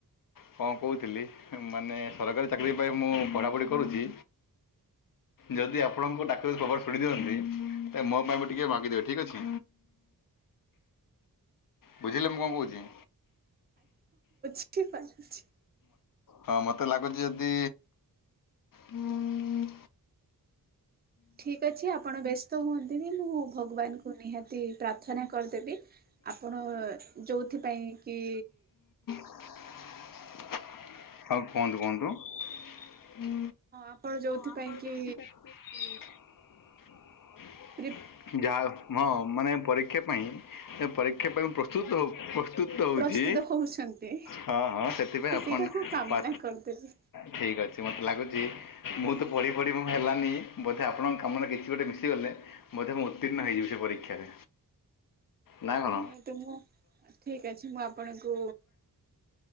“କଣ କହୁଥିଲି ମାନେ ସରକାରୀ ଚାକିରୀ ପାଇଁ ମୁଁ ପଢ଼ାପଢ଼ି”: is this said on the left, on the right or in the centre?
Left